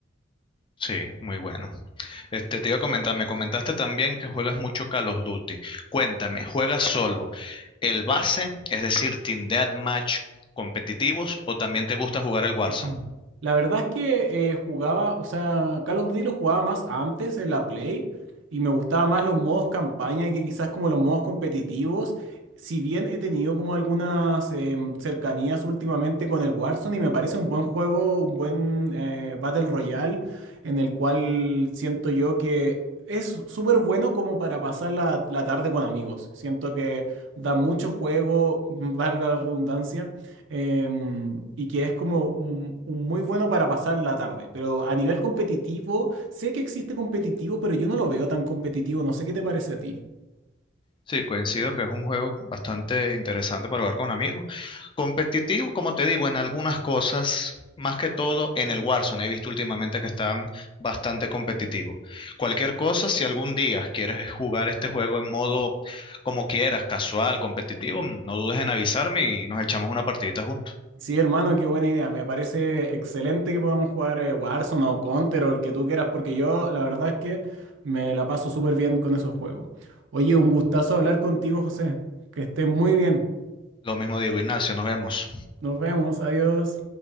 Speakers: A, on the left; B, on the right.
A: Sí, muy bueno. Este, te iba a comentar, me comentaste también que juegas mucho Call of Duty. Cuéntame, ¿juegas solo el base, es decir, Team Deathmatch competitivos o también te gusta jugar el Warzone?
B: Mm. La verdad es que eh, jugaba, o sea, Call of Duty lo jugaba más antes en la Play y me gustaba más los modos campaña que quizás como los modos competitivos. Si bien he tenido como algunas em, cercanías últimamente con el Warzone y me parece un buen juego, un buen eh, Battle Royale en el cual siento yo que es súper bueno como para pasar la la tarde con amigos. Siento que da mucho juego, valga la redundancia em, y que es como un, un muy bueno para pasar la tarde. Pero a nivel competitivo, sé que existe competitivo, pero yo no lo veo tan competitivo. No sé qué te parece a ti.
A: Sí, coincido que es un juego bastante interesante para jugar con amigos. Competitivo, como te digo, en algunas cosas, más que todo en el Warzone. He visto últimamente que están bastante competitivos. Cualquier cosa, si algún día quieres jugar este juego en modo como quieras, casual, competitivo, no dudes en avisarme y nos echamos una partidita juntos.
B: Sí, hermano, qué buena idea. Me parece excelente que podamos jugar eh, Warzone o Counter o el que tú quieras, porque yo la verdad es que me la paso súper bien con esos juegos. Oye, un gustazo hablar contigo, José. Que estés muy bien.
A: Lo mismo digo, Ignacio, nos vemos.
B: Nos vemos. Adiós.